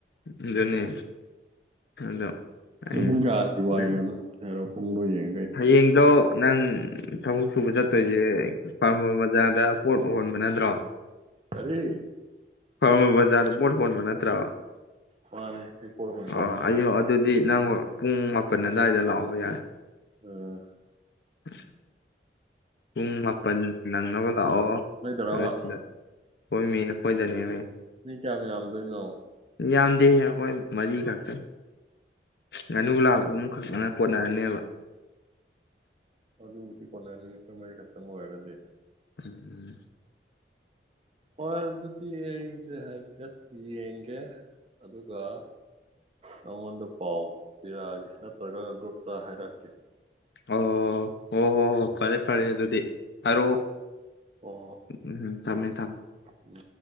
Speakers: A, on the left (about 65°); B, on the right (about 35°).
A: ꯑꯗꯨꯅꯦ ꯑꯗꯣ ꯑꯩ
B: ꯀꯌꯥ
A: ꯅꯪ
B: ꯋꯥꯏ ꯄꯨꯡꯗꯣ ꯌꯦꯡ
A: ꯍꯌꯦꯡꯗꯣ ꯅꯪ ꯊꯕꯛ ꯁꯨꯕ ꯆꯠꯇꯣꯏꯁꯦ ꯐꯥꯔꯃꯔ ꯕꯖꯥꯔꯗ ꯄꯣꯠ ꯍꯣꯟꯕ ꯅꯠꯇ꯭ꯔꯣ
B: ꯀꯔꯤ
A: ꯐꯥꯔꯃꯔ ꯕꯖꯥꯔꯗ ꯄꯣꯠ ꯍꯣꯟꯕ ꯅꯠꯇ꯭ꯔꯕ
B: ꯃꯥꯅꯦ ꯑꯩ ꯄꯣꯠ ꯍꯣꯟ
A: ꯑꯣ
B: ꯆꯠꯂꯦꯅ
A: ꯑꯌ ꯑꯗꯨꯗꯤ ꯅꯪ ꯎꯝ ꯃꯥꯄꯟ ꯑꯋꯥꯏꯗ ꯂꯥꯛꯑꯣ ꯌꯥꯔꯦ
B: ꯎꯝ
A: ꯑ ꯄꯨꯡ ꯃꯥꯄꯜ ꯅꯪꯅꯕ ꯂꯥꯛꯑꯣ
B: ꯅꯣꯏꯗꯔꯕ
A: ꯑꯗꯨ ꯁꯤꯗ ꯍꯣꯏ ꯃꯤ ꯑꯩꯈꯣꯏꯗꯅꯦꯃꯦ
B: ꯃꯤ ꯆꯥ ꯌꯥꯝꯗꯣꯏꯅꯣ
A: ꯌꯥꯝꯗꯦꯍꯦ ꯍꯈꯣꯏ ꯃꯔꯤ ꯈꯛꯇꯅꯤ ꯉꯥꯅꯨ ꯂꯥꯕ ꯑꯃꯨꯝꯈꯛꯅ ꯀꯣꯅꯔꯅꯤꯕ
B: ꯑꯗꯨꯕꯨꯗꯤ ꯀꯣꯜꯂꯛꯅꯤ ꯑꯩꯈꯣꯏ ꯃꯔꯤ ꯈꯛꯇꯪ ꯑꯣꯏꯔꯒꯗꯤ
A: ꯎꯝ ꯎꯝ
B: ꯍꯣꯏ ꯑꯗꯨꯗꯤ ꯑꯩꯁꯦ ꯍꯥꯏꯐꯦꯠ ꯌꯦꯡꯒꯦ ꯑꯗꯨꯒ ꯅꯉꯣꯟꯗ ꯄꯥꯎ ꯄꯤꯔꯛꯑꯒꯦ ꯅꯠꯇ꯭ꯔꯒ ꯒꯨꯨꯞꯇ ꯍꯥꯏꯔꯛꯦ
A: ꯑꯣ ꯍꯣ ꯍꯣ ꯐꯔꯦ ꯄꯔꯦ ꯑꯗꯨꯗꯤ ꯍꯥꯏꯔꯣ
B: ꯑꯣ
A: ꯎꯝꯝ ꯊꯝꯃꯦ ꯊꯝꯃꯦ
B: ꯎꯝ